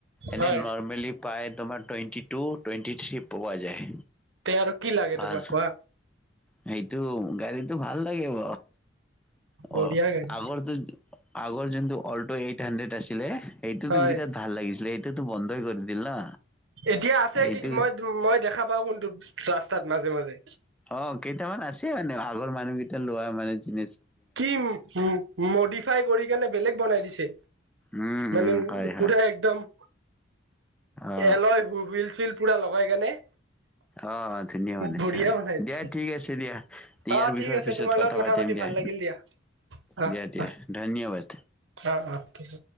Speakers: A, in the centre; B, on the right (about 70°).
A: এনে
B: হয়
A: নৰ্মেলি পাই তোমাৰ টুৱেন্টি টু টুৱেন্টি থ্ৰী পোৱা যায়।
B: তে আৰু কি লাগে
A: ভাল,
B: তোমাক কোৱা
A: সেইটো গাড়ীত। ভাল লাগিব,
B: বঢ়িয়া
A: অ'
B: গাড়ী
A: আগৰ আগৰ যোনটো অল্ট এইট হানড্ৰেড আছিলে, সেইটোতো
B: হয়
A: বিৰাট ভাল লাগিছিলে। সেইটোতো বন্ধই কৰি দিল না।
B: এতিয়া আছে
A: এইটো
B: কি? মই মই দেখা পাওঁ কোনটো? ৰাস্তাত মাজে মাজে।
A: অ', কেইটামান আছে মানে আগৰ মানুহ কেইটা লোৱা মানে জি-
B: কি মডিফাই কৰি কেনে বেলেগ বনাই দিছে।
A: উম,
B: মানে
A: উম, হয়, হয়,
B: পোৰা একদম।
A: অ'।
B: এ লয় হু হুইল চুইল পুৰা লগাই কেনে।
A: অ', ধুনীয়া বনাইছে,
B: বঢ়িয়া বনাই দিছে
A: দিয়া ঠিক আছে দিয়া। ইয়াৰ
B: অ
A: বিষয়ে
B: ঠিক আছে
A: পিছত
B: তোমাৰ
A: কথা
B: লগত
A: পাতিম
B: পাতি
A: দিয়া।
B: ভাল লাগিল অ
A: দিয়া দিয়া,
B: অ
A: ধন্যবাদ।
B: অ অ ঠিক আছে